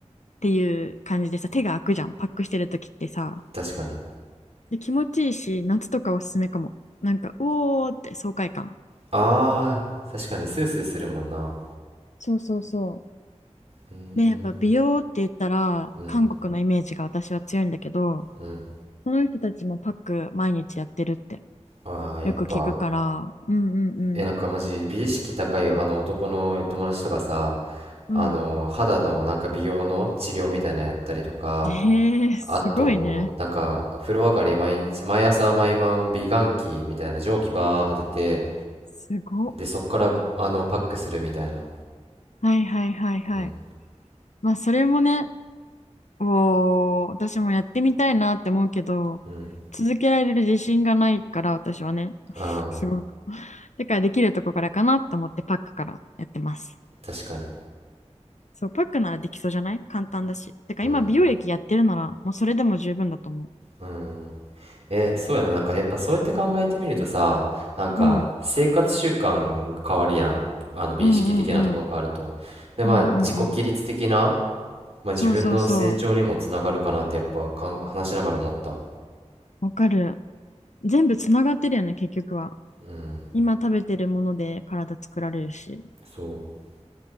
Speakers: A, on the left; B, on the right.
A: ていう感じでさ手が開くじゃんパックしてる時ってさ
B: 確かに。
A: で気持ちいいし夏とかおすすめかもなんかうおーって爽快感
B: ああ、確かにスースーするもんな。
A: そうそうそ
B: うーん、
A: うでやっぱ美容って言ったら韓国のイメージが私は強いんだけど
B: うん、うん。
A: その人たちもパック毎日やってるって
B: ああ、やっぱ、
A: よく聞くからう。うんうん
B: え、なんかマジ美意識高いあの男の友達とかさ、
A: うん。
B: あの、肌のなんか美容の治療みたいなのやったりとか、
A: うん。へえ、すごいね。
B: あと、なんか、風呂上がり毎日、毎朝毎晩美顔器みたいな蒸気バー当てて、
A: すごっ。
B: で、そっから、あの、パックするみたいな。
A: はいはいはいはい。
B: うん、
A: まあ、それもね、おー、私もやってみたいなって思うけど、
B: うん。
A: 続けられる自信がないから、私はね、<laughs>
B: ああ、
A: すごく。だからできるとこからかなと思ってパックからやってます。
B: 確かに。
A: そう、パックならできそうじゃない簡単だし。てか今、
B: うん、
A: 美容液やってるなら、もうそれでも十分だと思
B: うん。え、そうやな。なんかやっぱそうやって考えてみるとさ、なんか生活習慣変わるやん。
A: う。うん。
B: あの美意識的なところ変わると。
A: うんうんうん。
B: で、まあ自己規律的な、
A: うんうんうん。
B: まあ自分の成長にもつながるかなってやっぱかん話しながら思った。
A: そうそうそう。わかる。全部つながってるよね、結局は。
B: うん、
A: 今食べてるもので体作られるし。
B: そう。